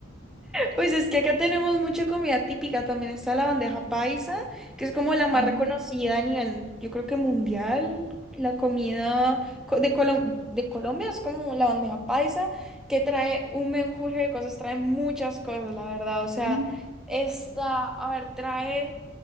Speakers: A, in the centre; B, on the right.
A: Pues es que acá tenemos mucha comida típica, también está la bandeja paisa, que es como la más
B: <laughs> Ujú.
A: reconocida a nivel, yo creo que mundial. La comida co- de, Colom- de Colombia es como la bandeja paisa, que trae un menjurje de cosas, trae muchas cosas, la verdad. O sea,
B: Mm,
A: esta, a ver, trae